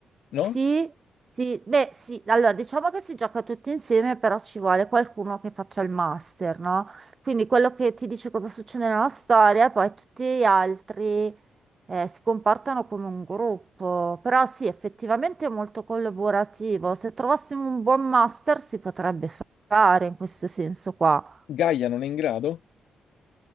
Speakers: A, on the left; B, on the right.
A: no?
B: Sì, sì, beh sì, allora diciamo che si gioca tutti insieme, però ci vuole qualcuno che faccia il master, no? Quindi quello che ti dice cosa succede nella storia, e poi tutti gli altri eh, si comportano come un gruppo, però sì, effettivamente è molto collaborativo. Se trovassimo un buon master si potrebbe fare in questo senso qua.
A: Gaia non è in grado?